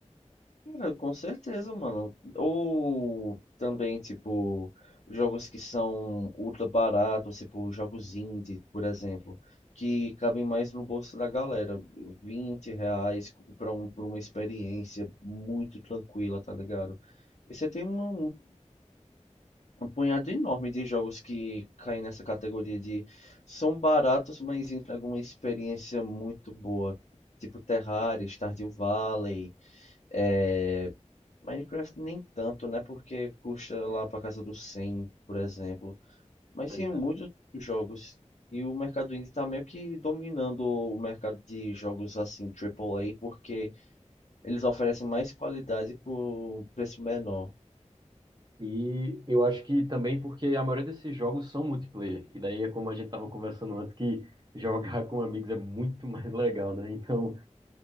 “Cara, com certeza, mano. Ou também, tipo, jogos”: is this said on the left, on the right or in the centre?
Left